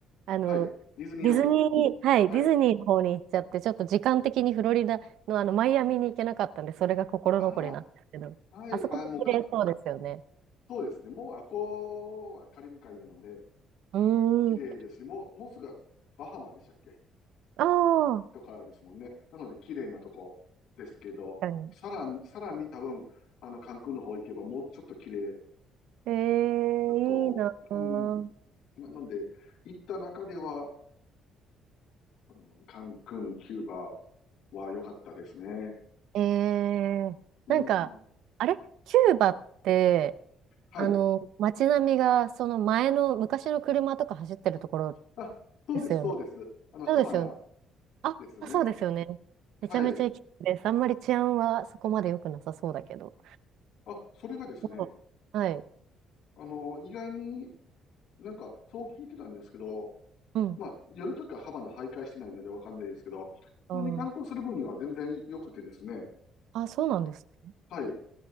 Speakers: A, on the right; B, on the left.
A: あの、
B: はい。ディズニーランド。
A: ディズニー、はい、
B: はい。
A: ディズニーの方に行っちゃって、ちょっと時間的にフロリダのあの、マイアミに行けなかったんで、それが心残りなんですけど、
B: ああ、はい、
A: あそこも綺麗そうですよね。
B: あーもうか、そうですね。もう、あこうはカリブ海なので、
A: うー
B: 綺麗ですし、
A: ん
B: もう、もうすぐバハマでしたっけ
A: ああ、
B: とかですもんね。なので、綺麗なとこですけど、
A: 確かに。
B: さらに、さらに多分、あの、カンクンの方行けば、もうちょっと綺麗
A: ええ、
B: だと、
A: いいなぁ。
B: うん、なので、行った中では、あのカンクン、キューバは良かったですね。
A: ええ、
B: うん、
A: なんか、あれキューバって、
B: はい。
A: あの、街並みが、その前の、昔の車とか走ってるところ
B: あ、そうです、
A: ですよね。
B: そうです。あの、ハバナ
A: そうですよね。あ、
B: ですね。
A: そうですよね。
B: はい。
A: めちゃめちゃ行きたいです。あんまり治安はそこまで良くなさそうだけど。
B: あ、それがですね、
A: うんはい。
B: あの、意外になんか、そう聞いてたんですけど、
A: うん。
B: まあ、夜とかハバナ徘徊してないのでわかんないですけど、
A: あー
B: 普通に観光する分には全然良くてですね、
A: あ、そうなんですね。
B: はい。